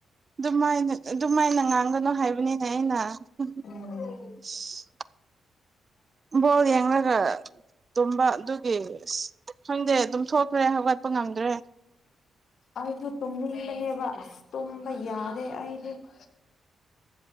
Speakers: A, on the right; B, on the left.
A: ꯗꯨꯃꯥꯏꯅ ꯑꯗꯨꯃꯥꯏꯅ ꯉꯥꯡꯒꯅꯣ ꯍꯥꯏꯕꯅꯤꯅꯦ ꯑꯩꯅ <unintelligible>
B: ꯎꯝ
A: <unintelligible> ꯕꯣꯜ ꯌꯦꯡꯂꯒ ꯇꯨꯝꯕ ꯑꯗꯨꯒꯤ ꯑꯁ ꯈꯪꯗꯦ ꯗꯨꯝꯊꯣꯛ ꯈ꯭ꯔꯦ ꯍꯧꯒꯠꯄ ꯉꯝꯗ꯭ꯔꯦ꯫
B: ꯑꯥꯏꯗꯨ ꯇꯨꯝꯅꯤꯡꯕꯅꯦꯕ ꯑꯁ ꯇꯨꯝꯕ ꯌꯥꯗꯦ ꯑꯩꯗꯤ <inaudible>